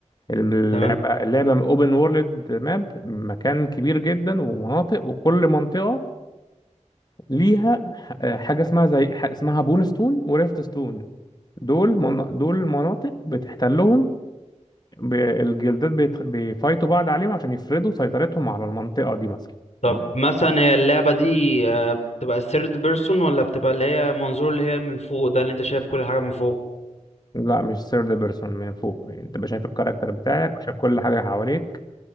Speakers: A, on the left (about 30°); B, on the left (about 60°).
A: اللعبة
B: تمام
A: اللعبة اوبن وورلد ماب مكان كبير جدا ومناطق وكل منطقة ليها ح- حاجة اسمها زي ح- اسمها بون ستون وريفت ستون دول من... دول مناطق بتحتلهم ب- الجلدات بيت... بيفايتوا بعض عليهم عشان يفرضوا سيطرتهم على المنطقة دي مثلا
B: طب
A: تمام
B: مثلا هي اللعبة دي آه، بتبقى الثيرد بيرسون ولا بتبقى اللي هي منظور اللي هي من فوق ده اللي انت شايف كل حاجة من فوق
A: لا مش ثيرد بيرسون من فوق يعني انت بقى شايف الكاركتر بتاعك وشايف كل حاجة حواليك